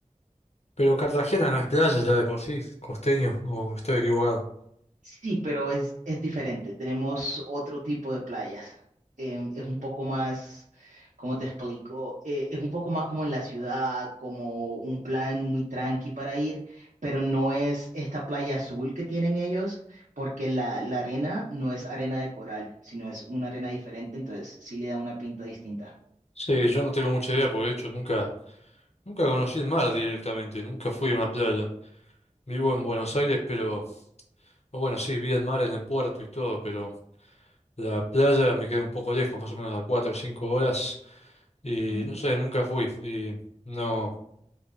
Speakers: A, on the left; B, on the right.
A: Pero Cartagena no es playa ya de por sí, costeño, o estoy equivocado.
B: Sí, pero es, es diferente. Tenemos otro tipo de playas. Em, es un poco más, ¿cómo te explico? Eh, es un poco más como en la ciudad, como un plan muy tranqui para ir, pero no es esta playa azul que tienen ellos, porque la, la arena no es arena de coral, sino es una arena diferente, entonces sí le da una pinta distinta.
A: Sí, yo no tengo mucha idea, porque de hecho nunca, nunca conocí el mar directamente, nunca fui a una playa. Vivo en Buenos Aires, pero, o bueno, sí, vi el mar en el puerto y todo, pero la playa me queda un poco lejos, más o menos a cuatro o cinco horas, y
B: Ujú,
A: no sé, nunca fui, y no.